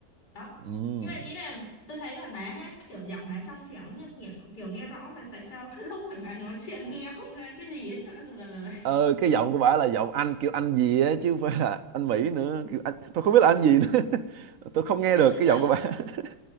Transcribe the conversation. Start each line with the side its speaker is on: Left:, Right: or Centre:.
Left: đó
Right: ừ.
Left: nhưng mà ý là tôi thấy là bà hát kiểu giọng bà trong trẻo nhá kiểu, kiểu nghe rõ mà tại sao <laughs> cái lúc mà bà nói chuyện nghe không ra cái gì hết <laughs> bà, bà, bà.
Right: ờ cái giọng của bả là giọng Anh kiểu Anh gì á chứ không phải là Anh Mỹ nữa kiểu Anh tôi không biết là Anh gì nữa <laughs> tôi không nghe
Left: nhưng
Right: được
Left: mà tôi
Right: cái
Left: kiểu
Right: giọng của bả <laughs>